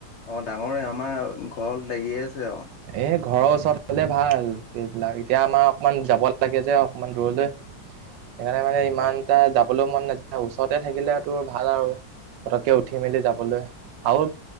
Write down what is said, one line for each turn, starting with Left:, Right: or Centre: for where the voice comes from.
Left: অ' ডাঙৰেই আমাৰ ঘৰত লাগিয়েই আছে আৰু।
Right: এই ঘৰৰ ওচৰত হ'লে ভাল সেইবিলাক, এতিয়া আমাৰ অকমান যাব লাগে যে অকণমান দূৰলৈ। সেইকাৰণে মানে ইমান
Left: অ
Right: এটা যাবলৈ মন নাযায়, ওচৰতে থাকিলেতো ভাল আৰু। পতককে উঠি মেলি যাবলৈ আৰু